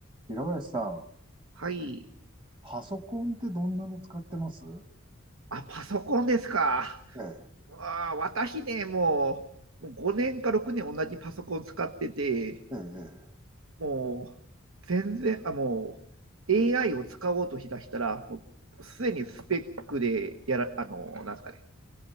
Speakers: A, on the right (about 25°); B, on the right (about 80°).
A: 平林さん、
B: はい。
A: パソコンってどんなの使ってます
B: あ、パソコンですか。
A: ええ、
B: あー、私ね、もう、もう5年か6年同じパソコン使ってて、
A: ええ、
B: もう、全然、あ、もう、AI を使おうとしだしたら、もう、すでにスペックでやら、あの、なんですかね、